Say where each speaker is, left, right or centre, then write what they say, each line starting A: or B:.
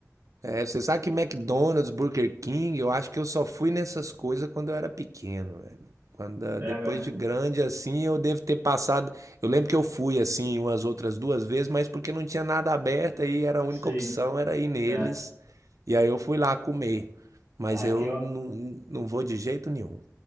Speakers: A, on the right; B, on the right.
A: é, sabe que McDonald's, Burger King, eu acho que eu só fui nessas coisas quando eu era pequeno, velho. Quando, ah,
B: É,
A: depois
B: <laughs>
A: de grande, assim, eu devo ter passado. Eu lembro que eu fui, assim, umas outras duas vezes, mas porque não tinha nada aberto e era a única
B: sim,
A: opção, era ir neles.
B: é.
A: E aí eu fui lá comer. Mas
B: Ah, Aqui,
A: eu
B: ó,
A: não, não vou de jeito nenhum.